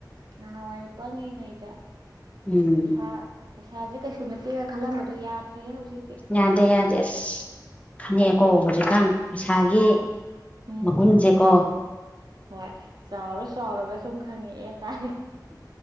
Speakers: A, on the right (about 65°); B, on the left (about 20°).
A: ꯅꯍꯥꯟꯋꯥꯏ ꯄꯪꯉꯤꯉꯩꯗ
B: ꯎꯝ
A: ꯄꯩꯁꯥ ꯄꯩꯁꯥꯁꯦ ꯀꯩꯁꯨ ꯅꯠꯇꯦꯅ ꯈꯜꯂꯝꯕꯗꯣ ꯌꯥꯗ꯭ꯔꯦ ꯍꯧꯖꯤꯛꯇꯤ
B: ꯌꯥꯗꯦ ꯌꯥꯗꯦ ꯑꯁ ꯈꯪꯉꯛꯑꯦꯀꯣ ꯍꯧꯖꯤꯛꯀꯥꯟ ꯄꯩꯁꯥꯒꯤ
A: ꯎꯝ
B: ꯃꯒꯨꯟꯖꯦꯀꯣ
A: ꯍꯣꯏ ꯆꯥꯎꯔ ꯆꯥꯎꯔꯒ ꯁꯨꯝ ꯈꯪꯉꯛꯑꯦ ꯇꯥꯏ